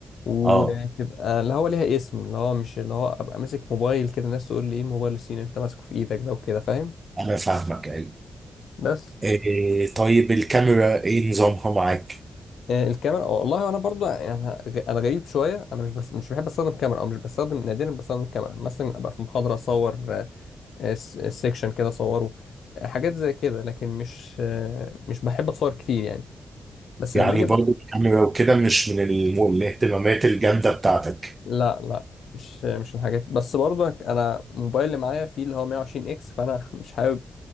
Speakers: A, on the left (about 75°); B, on the right (about 35°).
A: وتبقى
B: اه
A: اللي هو ليها اسم اللي هو مش اللي هو ابقى ماسك موبايل كده الناس تقول لي ايه الموبايل الصيني اللي انت ماسكه في ايدك ده وكده فاهم
B: انا فاهمك ايوه
A: بس
B: إيه طيب الكاميرا ايه نظامها معاك
A: آه، الكاميرا آه، والله انا برضو يعني انا غ- أنا غريب شويه انا مش بس مش بحب استخدم كاميرا او مش بستخدم نادرا بستخدم الكاميرا مثلا ابقى في محاضره اصور آه، آه، س- سيكشن كده اصوره آه، حاجات زي كده لكن مش آه، مش بحب اتصور كتير يعني بس
B: يعني
A: لما اجي
B: برضو الكاميرا وكده مش من الم- الاهتمامات الجامده بتاعتك
A: لا لا مش مش الحاجات بس برضه انا الموبايل اللي معايا فيه اللي هو 120 اكس فانا <laughs> مش حابب